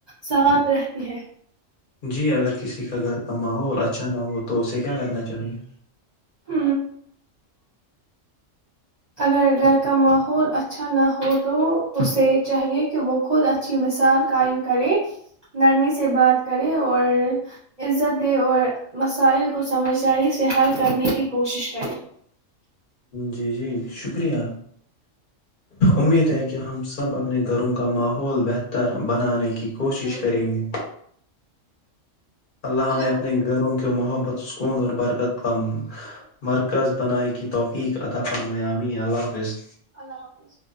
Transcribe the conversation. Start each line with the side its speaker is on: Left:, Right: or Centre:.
Right: ساتھ رہتی ہے
Left: جی اگر کسی کا گھر کا ماحول اچھا نہ ہو تو اسے کیا کرنا چاہیئے
Right: ہ اگر گھر کا ماحول اچھا نہ ہو تو اسے چاہیے کہ وہ خود اچھی مثال قائم کرے نرمی سے بات کرے اور عزت دے اور مسائل کو سمجھداری سے حل کرنے کی کوشش کرے
Left: جی جی شکریہ امید ہے کہ ہم سب اپنے گھروں کا ماحول بہتر بنانے کی کوشش
Right: ہلو
Left: کریں گے اللہ
Right: ہلو
Left: میں اپنے گھروں کے محبت سکون اور برکت کا مرکز بنائے کی توفیق عطافرمیامیی اللہ حفظ
Right: اللہ حافظ